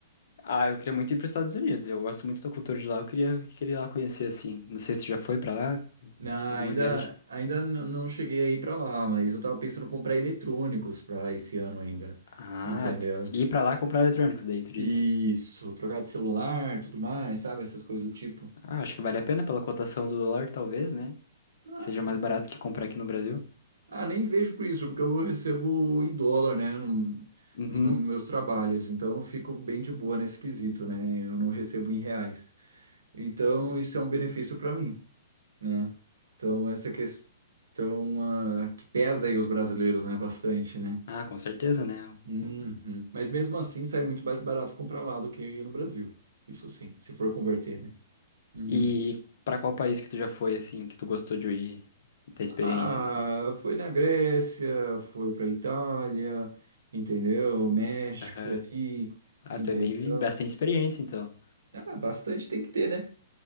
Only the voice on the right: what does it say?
Não,
ainda
ainda n- não cheguei aí para lá, mas eu tava pensando em comprar eletrônicos para lá esse ano ainda,
entendeu?
Isso,
trocar de celular, tudo mais, sabe? Essas coisas do tipo.
Nossa.
Ah, nem vejo por isso, porque eu recebo em dólar, né? Não,
nos meus trabalhos, então eu fico bem de boa nesse quesito, né? Eu não recebo em reais. Então, isso é um benefício para mim, né? Então, essa questão ah, que pesa aí os brasileiros, né? Bastante, né?
Uhum.
Mas mesmo assim, sai muito mais barato comprar lá do que no Brasil. Isso sim, se for converter, né? Uhum.
Ah,
foi na Grécia, foi para Itália, entendeu? México
ali,
entendeu?
Ah, bastante tem que ter, né?